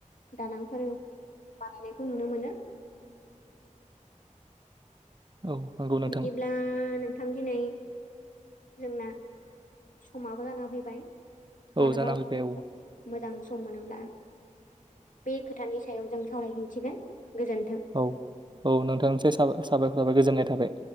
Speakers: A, on the left; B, on the right.
A: दालांफोर बानायनायखौ नुनो मोनो।
B: औ नंगौ नोंथां
A: बिदिब्ला नोंथां दिनै जोंना समाबो जाना फैबाय।
B: औ
A: मालाबा
B: जाना फैबाय
A: <unintelligible>
B: औ
A: मोजां सम मोनोब्ला बे खोथानि सायाव जों सावरायफिनसिगोन। गोजोन्थों।
B: औ औ नोंथां से साबा-साबायखर थाबाय गोजोननाय थाबाय।